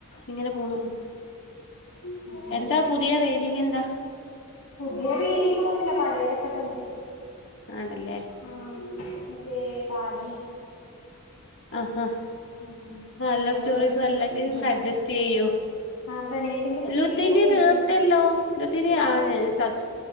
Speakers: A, on the left; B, on the left.
A: ഇങ്ങനെ പോണു
B: ആഹ് ഉം
A: എന്താ പുതിയ റേടിങ്ങ് എന്താ?
B: പുതിയ റീഡിംങ്ങൊന്നുല്ല പയേതൊക്കെ തന്നെ.
A: ആണല്ലേ
B: ആഹ് മറ്റേ താലി
A: അഹ്. അഹ്
B: ആഹ്
A: ന്നല്ലെ
B: പ്രണയത്തിന്റെ
A: സ്റ്റോറീസ്
B: ലുത്തീനിയ
A: അല്ലെങ്കിൽ സജെസ്റ്റെയ്യോ?
B: ആഹ് പ്രണയത്തിന്റെ
A: ലുത്തീനിയ
B: ഇപ്പൊ
A: തീർത്തല്ലോ
B: ഇൻട്രസ്റ്റ്
A: ലുത്തീന
B: ഞാ
A: ആഹ് സബ്